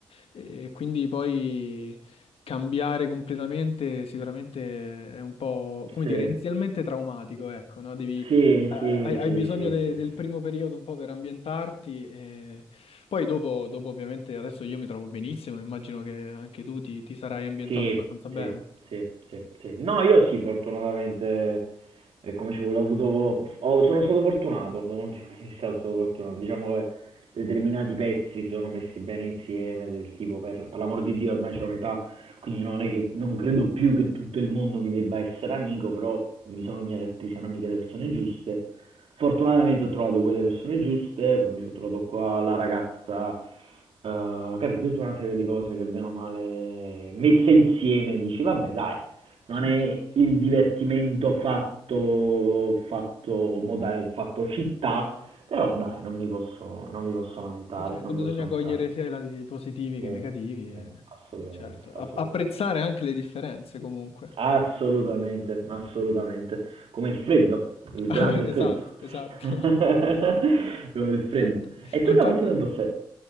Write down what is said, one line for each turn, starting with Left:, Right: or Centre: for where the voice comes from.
Left: e quindi poi cambiare completamente sicuramente è un po', come
Right: Sì.
Left: dire, inizialmente traumatico, ecco, no? Devi, eh,
Right: Sì, sì,
Left: hai, hai
Right: sì,
Left: bisogno
Right: sì, sì,
Left: de- del
Right: sì.
Left: primo periodo un po' per ambientarti e poi dopo, dopo ovviamente adesso io mi trovo benissimo, immagino che anche tu ti, ti sarai ambientato
Right: Sì,
Left: abbastanza bene.
Right: sì, sì, sì, sì. No, io sì, fortunatamente, eh, come ci vuole, ho avuto, ho- sono stato fortunato, da un punto di vista sono stato fortunato. Diciamo che determinati pezzi sono messi bene insieme, del tipo, per, per l'amor di Dio, ormai c'ho un'età, quindi non è che, non credo più che tutto il mondo mi debba essere amico, però bisogna che ti siano amiche le persone giuste. Fortunatamente ho trovato quelle persone giuste, poi mi sono trovato qua la ragazza Uhm, capito? Tutta una serie di cose che bene o male messe insieme dici: "Vabbè dai, non
Left: <laughs>
Right: è
Left: Certo.
Right: il divertimento fatto fatto moda fatto città, però dai, non mi posso non mi posso lamentare,
Left: Eh, certo,
Right: non mi
Left: bisogna
Right: posso lamentare".
Left: cogliere sia i lati positivi
Right: Sì,
Left: che negativi
Right: sì,
Left: e,
Right: assolutamente,
Left: e certo, a-
Right: assolutamente.
Left: apprezzare anche le differenze comunque.
Right: Assolutamente, assolutamente. Come il freddo,
Left: <laughs>
Right: il
Left: Ah,
Right: grande
Left: Esatto,
Right: freddo.
Left: esatto,
Right: <laughs> Come
Left: <laughs>
Right: il
Left: esatto.
Right: freddo. E tu
Left: Ma infatti,
Right: da quanto tempo stai